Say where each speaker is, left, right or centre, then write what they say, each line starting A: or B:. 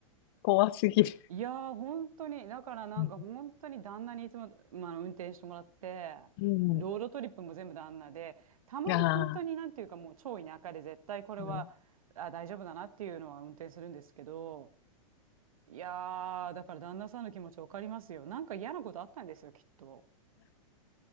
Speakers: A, on the left (about 45°); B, on the right (about 80°).
A: 怖すぎる。
B: いやー本当にだからなんか本当に旦那にいつも、
A: う
B: まあ、運転してもらって
A: ん、う
B: ロードトリップも全部旦那でたまに本当になんていうかもう超田舎で絶対これはあ大丈夫だなっていうのは運転するんですけど
A: ん、ああ、うん。
B: いやーだから旦那さんの気持ちわかりますよなんか嫌なことあったんですよきっと。